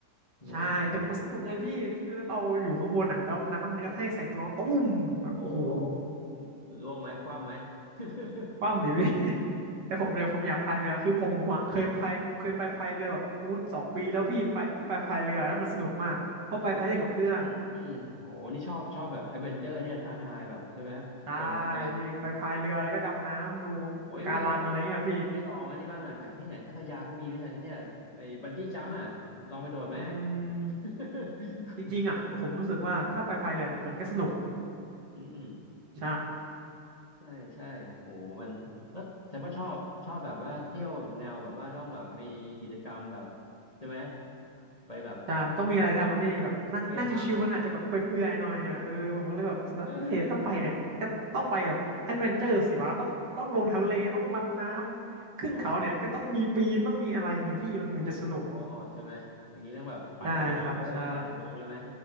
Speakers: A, on the left; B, on the right.
A: โห
B: ใช่แต่มันสนุกไงพี่คิดดูนะเราอยู่ข้างบนอ่ะแล้วน้ำมันกระแทกใส่ตัวตุ้มแบบโอ้โห
A: โอ้โหร่วงไหมคว่ำไหม <laughs>
B: คว่ำดิพี่ <laughs> แต่ผมเนี่ยผมอยากพายเรือคือผมผมอ่ะเคยพายเคยไปพายเรือแบบอู้สองปีแล้วพี่ไปที่ไปพายเรือแล้วมันสนุกมากเพราะไปพายเล่นกับเพื่อน
A: โอ้ <laughs> โหเฮ้ยไปอืมโหนี่ชอบชอบแบบแอดเวนเจอร์เนี่ยท้าทายแบบใช่ไหมผจญภัย
B: ใช่พี่ไปพายเรือแล้วก็ดำน้ำดูปะการังอะไรเงี้ยพี่
A: โอ้ยไม่ลองไม่ลองอันนี้บ้างอ่ะแถวที่ไหนพัทยาเขามีไหมเนี่ยไอเนี่ยไอบันจี้จัมป์อ่ะลองไปโดดไหม
B: อืม
A: <laughs>
B: จริงๆอ่ะผมรู้สึกว่าถ้าไปพายเรือเนี่ยมันก็สนุก
A: โหอืม
B: ใช่
A: ใช่ใช่โหมันก็แสดงว่าชอบชอบแบบว่าเที่ยวแนวแบบว่าต้องแบบมีกิจกรรมแบบใช่ไหมไปแบบ
B: ใช่มันต้องมีอะไรทำอ่ะพี่แบบนั่งนั่งชิวๆมันอาจจะแบบเปื่อยๆหน่อยอ่ะเออผมก็เลยแบบรู้สึกว่าเฮ้ยถ้าไปเนี่ยก็ต้องไปแบบแอดเวนเจอร์สิวะต้องต้องลงทะเลต้องรับน้ำขึ้นเขาเนี่ยก็ต้องมีปีนต้องมีอะไรไงพี่มันถึงจะสนุก
A: เมทำเอออ๋ออ๋อใช่ไหมอย่างนี้ต้องแบบปั่นจักรยานด้วยไหมปั่นจักรยานด้วยไหม
B: ใช่ครับใช่